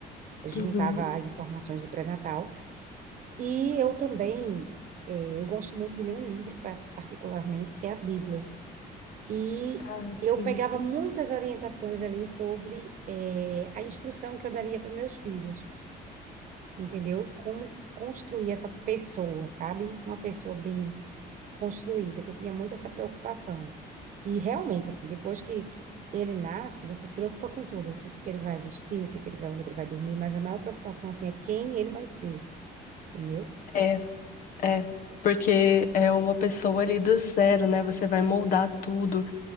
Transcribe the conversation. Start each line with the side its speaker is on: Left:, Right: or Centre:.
Right: Eu juntava
Left: Uhum.
Right: as informações do pré-natal. E eu também, eh, eu gosto muito de ler um livro, pa- particularmente, que é a Bíblia. E
Left: Ah, sim.
Right: eu pegava muitas orientações ali sobre, eh, a instrução que eu daria para meus filhos, entendeu? Como construir essa pessoa, sabe? Uma pessoa bem construída, que eu tinha muito essa preocupação. E realmente, assim, depois que ele nasce, você se preocupa com tudo, assim, com o que ele vai vestir, o que que ele vai, onde que ele vai dormir, mas a maior preocupação, assim, é quem ele vai ser, entendeu?
Left: É, é. Porque é uma pessoa ali do zero, né? Você vai moldar tudo.